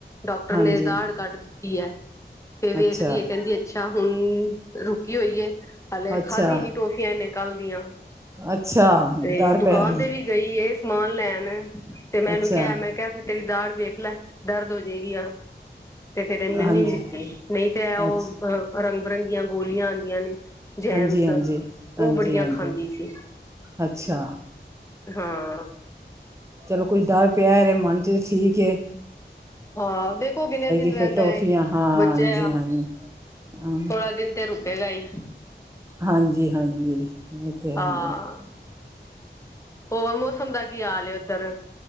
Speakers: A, on the left; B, on the right.
A: ਡਾਕਟਰ
B: ਹਾਂਜੀ
A: ਨੇ ਦਾੜ ਕੱਢ ਦਿੱਤੀ ਐ, ਤੇ ਵੇਖਦੀ
B: ਅੱਛਾ
A: ਐ ਕਹਿੰਦੀ ਐ ਅੱਛਾ ਹੁਣ ਰੁਕੀ ਹੋਈਏ, ਹਲੇ
B: ਅੱਛਾ
A: ਖਾਧੀ ਨੀ ਟੋਫੀਆਂ ਇਹਨੇ ਕੱਲ ਦੀਆਂ।
B: ਅੱਛਾ।
A: ਤੇ
B: ਡਰ
A: ਦੁਕਾਨ
B: ਪਿਆ
A: ਤੇ ਵੀ ਗਈ ਏ ਸਮਾਨ ਲੈਣ। ਤੇ ਮੈਂ
B: ਅੱਛਾ
A: ਉਹਨੂੰ ਕਿਹਾ ਮੈਂ ਕਿਹਾ ਤੇਰੀ ਦਾੜ ਵੇਖ ਲੈ ਦਰਦ ਹੋਜੇਗੀ ਆ। ਤੇ ਫਿਰ ਇਹਨੇ
B: ਹਾਂਜੀ
A: ਨਹੀਂ ਲਿੱਤੀ ਨਹੀਂ ਤੇ ਐ ਉਹ
B: ਅੱਛ
A: ਰੰਗ-ਬਿਰੰਗੀਆਂ ਗੋਲੀਆਂ ਆਉਂਦੀਆਂ ਨੇ। ਜੈਮਸ
B: ਹਾਂਜੀ ਹਾਂਜੀ
A: ਉਹ
B: ਹਾਂਜੀ
A: ਬੜੀਆਂ
B: ਹਾਂਜੀ
A: ਖਾਂਦੀ ਸੀ।
B: ਅੱਛਾ।
A: ਹਾਂ।
B: ਚਲੋ ਕੋਈ ਡਰ ਪਿਆ ਇਹਦੇ ਮਨ ਚ ਤੇ ਠੀਕ ਏ।
A: ਹਾਂ ਦੇਖੋ ਕਿੰਨੇ ਦਿਨ
B: ਫਿਰ
A: ਰਹਿੰਦਾ
B: ਟੋਫੀਆਂ
A: ਏ
B: ਹਾਂਜੀ
A: ਬੱਚੇ ਆ।
B: ਹਾਂਜੀ ਹਾਂ
A: ਥੋੜਾ ਦਿਨ ਤੇ ਰੁਕੇਗਾ ਈ।
B: ਹਾਂਜੀ-ਹਾਂਜੀ ਇਹ ਤੇ ਹੈ
A: ਹਾਂ
B: ਈ ਐ।
A: ਹੋਰ ਮੌਸਮ ਦਾ ਕੀ ਹਾਲ ਐ ਉਧਰ